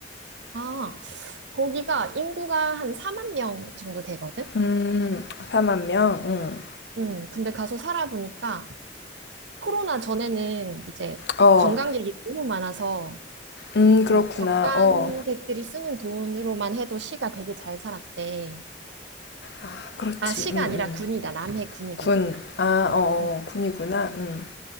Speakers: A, on the right (about 80°); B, on the left (about 65°).
A: 아, 거기가 인구가 한 4만 명 정도 되거든?
B: 음, 4만 명? 응.
A: 음, 근데 가서 살아보니까 코로나 전에는 이제
B: 어,
A: 관광객이 너무 많아서
B: 음,
A: 그
B: 그렇구나.
A: 관광객들이
B: 어,
A: 쓰는 돈으로만 해도 시가 되게 잘 살았대.
B: 아, 그렇지.
A: 아, 시가
B: 음,
A: 아니라
B: 음.
A: 군이다. 남해 군이거든?
B: 군. 아, 어, 어,
A: 음,
B: 군이구나. 음,